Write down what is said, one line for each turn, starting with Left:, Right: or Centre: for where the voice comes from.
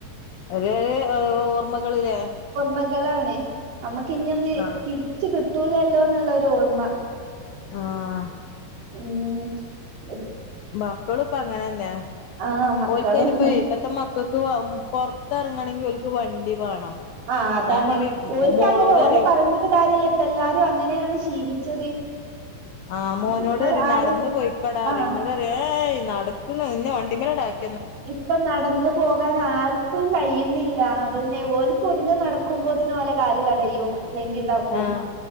Left: ഒര് ഏഹ് ഓർമ്മകള്ല്ലേ
Right: മകളാണ് അമ്മക്ക് ഇഞ്ഞിയൊന്ന്
Left: ആഹ്
Right: തിരിച്ച് കിട്ടൂലല്ലോന്നുള്ളൊരു ഓർമ്മ
Left: ആഹ്
Right: ഉം <unintelligible>
Left: മക്കളും ഇപ്പം അങ്ങനെന്നെയാ
Right: ആഹ് മക്കളും
Left: ഓലിക്കയിനിപ്പെ ഇപ്പത്തെ മക് മക്കക്ക് ആഹ് പൊറത്ത് എറങ്ങണെങ്കി ഓല്ക്ക് വണ്ടി വേണം
Right: ആഹ് അതാണ്
Left: ഞാൻ പറയും
Right: ഓൽക്ക്
Left: മോളോട്
Right: അങ്ങനെ
Left: പറയും
Right: ഓലെ പറഞ്ഞിട്ട് കാര്യെല്ലാ ഇപ്പം എല്ലാരും അങ്ങനെയാണ് ശീലിച്ചത്
Left: ആഹ് മോനോട്
Right: ഇപ്പൊ
Left: പറിയും
Right: ആരും
Left: നടന്ന് പൊയിക്കോടാ പറിയും
Right: ആഹ്
Left: ഇന്നോട് പറിയും ഏയ് നടക്ക്ണ് ഇന്നേ വണ്ടീമ്മലടാക്കി
Right: ഇപ്പം നടന്നു പോകാൻ ആര്ക്കും ക്കും കഴിയുന്നില്ല ക അതന്നെ ഓൽക്ക് ഒന്നും നടക്കുമ്പോത്തിന് ഓലെ കാല് കടയും അല്ലെങ്കി ഇതാക്കും
Left: ആഹ്